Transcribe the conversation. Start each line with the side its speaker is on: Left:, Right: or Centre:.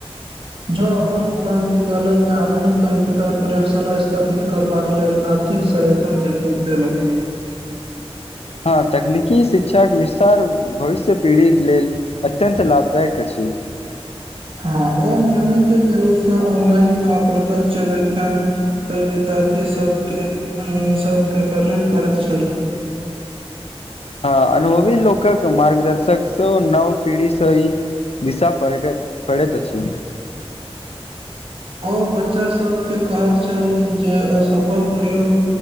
Right: जो अपन पुरान विद्यालय मे आधुनिक कंप्यूटर प्रयोगशाला स्थापित करबाक लेल आथि निक सहायत देलक
Left: ह तकनिकी शिक्षाक विस्तार भविष्य पीढ़ी लेल अत्यन्त लाभदायक अछि।
Right: ह ओ नियमित रूपसँ ऑनलाइन आ व्यख्यान के विद्यार्थी सभके सभके प्रेरित करैत छल
Left: हँ अनुभवी लोक मार्गदर्शक सेहो नव पीढ़ी सहि दिशा पड़ै पड़ैत अछि।
Right: ओ बच्चा सभके कहत छेल जे असफल प्रयोग